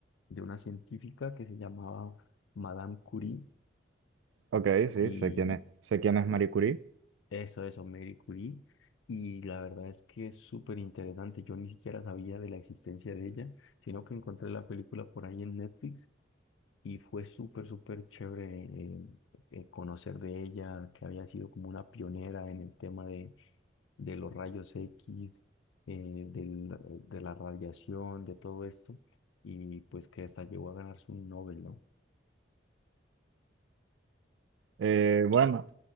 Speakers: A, on the left (about 80°); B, on the right (about 80°).
A: de una científica que se llamaba Madame Curie
B: Ok, sí,
A: y,
B: sé quién es, sé quién es Marie
A: y
B: Curie.
A: Eso, eso, Marie Curie. Y la verdad es que es súper interesante. Yo ni siquiera sabía de la existencia de ella, sino que encontré la película por ahí en Netflix y fue súper, súper chévere eh, eh, conocer de ella, que había sido como una pionera en el tema de, de los rayos X, eh, del- de la radiación, de todo esto, y pues que hasta llegó a ganarse un Nobel, ¿no?
B: Eh, bueno,